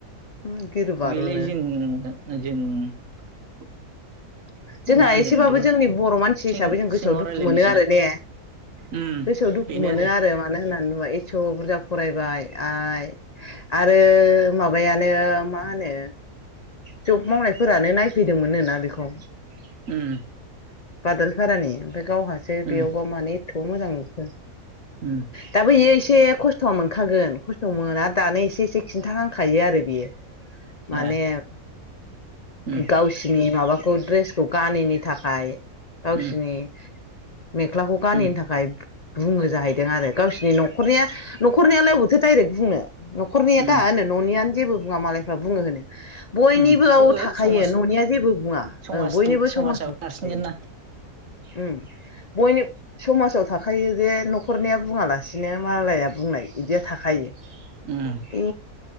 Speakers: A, on the left (about 70°); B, on the right (about 60°).
A: उम, बारुनो
B: बेलाय जों- जों <unintelligible>
A: जोंहा
B: मा होनगोन
A: एसेबाबो
B: बिदिखौ
A: जोंनि बर' मानसि
B: सिं
A: हिसाबै जों गोसोआव
B: सिङाव
A: दुखु
B: रायलायनायसो
A: मोनो आरो
B: दा
A: ने?
B: उम
A: गोसोआव दुखु
B: बेनो
A: मोनो आरो मानो होननानै बुंबा <unintelligible> बुरजा फरायबाय आइ आरो माबायानो मा मा होनो जब मावनायफोरानो नायफैदोंमोनोना बेखौ
B: उम
A: बादोल फारानि। गावहासो
B: उम
A: बेयावबा
B: उम
A: माने एथ' मोजां नुखो
B: उम
A: दाबो इयो एसे खस्थ' मोनखागोन खस्थ' मोना दानो एसे -एसे खिन्थाहांखायो आरो बियो माने
B: ए उम
A: गावसिनि माबाखौ द्रेस <unintelligible> गानिनि थाखाय गावसिनि
B: उम
A: मेख्लाखौ गानिनो
B: उम
A: थाखाय बुङो जाहैदों आरो गावसिनि न'खरनिया न'खरनियालाय अबावथो डाइरेक्ट बुंनो न'खरनिया
B: उम
A: दा होनो न'नियानो जेबो बुङा मालायफ्रा बुङो होनो बयनिबोआव
B: उम उम
A: थाखायो
B: समाज
A: न'निया जेबो बुङा
B: समाजनि
A: औ बयनिबो
B: समाजाबो
A: समाजाव
B: नारसिनगोन
A: थाखायो
B: ना
A: ओम
B: <inaudible>
A: बयनि समाजाव थाखायो जे न'खरनिया बुङालासिनो मालाया बुंनाय बिदिया थाखायो।
B: उम
A: बे